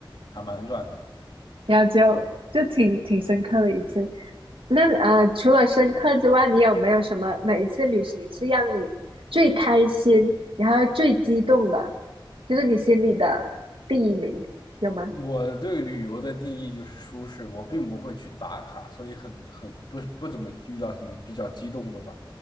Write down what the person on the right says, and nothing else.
然后就就挺挺深刻的一次。那呃，除了深刻之外，你有没有什么哪一次旅行是让你最开心，然后最激动的，就是你心里的第一名，有吗？